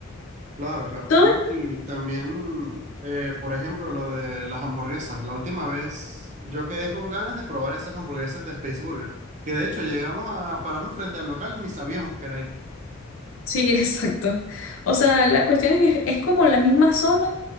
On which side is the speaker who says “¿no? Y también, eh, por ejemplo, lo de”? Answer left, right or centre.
Right